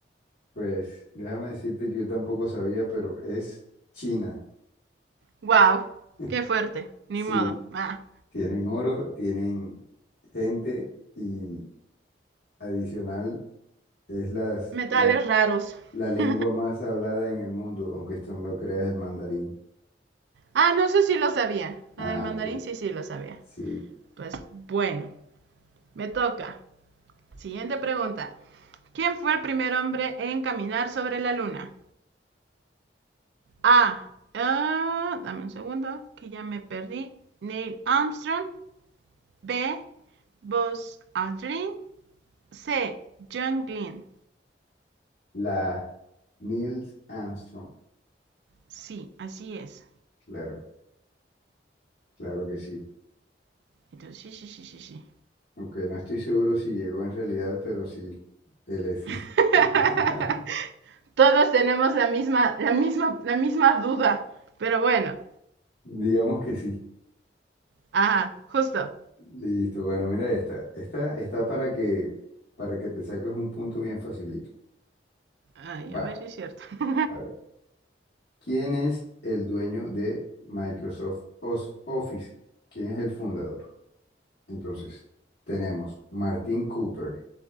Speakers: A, on the left; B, on the right.
A: Pues déjame decirte que yo tampoco sabía, pero es China.
B: Wow,
A: <laughs>
B: qué fuerte, ni
A: Sí,
B: modo. Ah,
A: tienen oro, tienen gente y adicional es las,
B: metales
A: la,
B: raros.
A: la lengua
B: <laughs>
A: más hablada en el mundo, aunque esto no lo creas, el mandarín.
B: ah, no sé si lo sabía.
A: Ah,
B: La del mandarín
A: ok.
B: sí, sí lo sabía.
A: Sí,
B: Pues bueno, me toca. Siguiente pregunta. ¿Quién fue el primer hombre en caminar sobre la luna? A. Ah, dame un segundo, que ya me perdí. Neil Armstrong. B. Buzz Aldrin. C. John Glenn.
A: la Nils Armstrong.
B: Sí, así es.
A: Claro, claro que sí.
B: Entonces, sí, sí, sí, sí, sí.
A: Aunque no estoy seguro si llegó en realidad, pero sí, él es.
B: <laughs>
A: <laughs>
B: Todos tenemos la misma, la misma, la misma duda. Pero bueno,
A: Digamos que sí.
B: ajá, justo.
A: Listo. Bueno, mira esta. Esta está para que, para que te saques un punto bien facilito.
B: Ay,
A: Va,
B: a ver si es cierto. <laughs>
A: a ver. ¿Quién es el dueño de Microsoft Os- Office? ¿Quién es el fundador? Entonces, tenemos Martin Cooper,